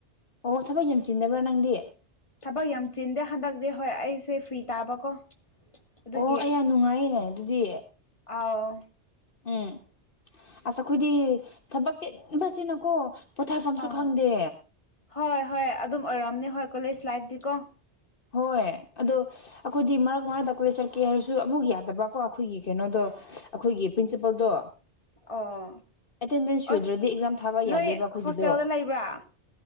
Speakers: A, on the left; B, on the left.
A: ꯑꯣ ꯊꯕꯛ ꯌꯥꯝ ꯆꯤꯟꯗꯕ꯭ꯔꯥ ꯅꯪꯗꯤ
B: ꯊꯕꯛ ꯌꯥꯝ ꯆꯤꯟꯗꯦ ꯍꯟꯗꯛꯇꯤ ꯍꯣꯏ ꯑꯩꯁꯦ ꯐ꯭ꯔꯤ ꯇꯥꯕꯀꯣ ꯑꯗꯨꯒꯤ
A: ꯑꯣ ꯑꯩ ꯌꯥꯝ ꯅꯨꯡꯉꯥꯏꯅꯦ ꯑꯗꯨꯗꯤ
B: ꯑꯥꯎ
A: ꯎꯝ ꯑꯁ ꯑꯩꯈꯣꯏꯗꯤ ꯊꯕꯛ ꯆꯤꯟꯕꯁꯤꯅꯀꯣ ꯄꯣꯊꯥꯐꯝꯁꯨ
B: ꯑꯥꯎ
A: ꯈꯪꯗꯦ
B: ꯍꯣꯏ ꯍꯣꯏ ꯑꯗꯨꯝ ꯑꯣꯏꯔꯝꯑꯝꯅꯤ ꯍꯣꯏ ꯀꯣꯂꯦꯖ ꯂꯥꯏꯐꯇꯤ ꯀꯣ
A: ꯍꯣꯏ ꯑꯗꯣ ꯑꯩꯈꯣꯏꯗꯤ ꯃꯔꯛ ꯃꯔꯛꯛꯇ ꯀꯣꯂꯦ ꯆꯠꯀꯦ ꯍꯥꯏꯔꯁꯨ ꯑꯃꯨꯛ ꯌꯥꯗꯕꯀꯣ ꯑꯩꯈꯣꯏꯒꯤ ꯀꯩꯅꯣꯗꯣ ꯑꯩꯈꯣꯏꯒꯤ ꯄ꯭ꯔꯤꯟꯁꯤꯄꯜꯗꯣ
B: ꯑꯣ
A: ꯑꯦꯇꯦꯟꯗꯦꯟꯁ ꯁꯨꯗ꯭ꯔꯗꯤ
B: ꯑꯁ
A: ꯑꯦꯛꯖꯥꯝ ꯊꯥꯕ
B: ꯅꯣꯏ
A: ꯌꯥꯗꯦꯕ ꯑꯩꯈꯣꯏꯒꯤꯗꯣ
B: ꯍꯣꯁꯇꯦꯜꯗ ꯂꯩꯕ꯭ꯔꯥ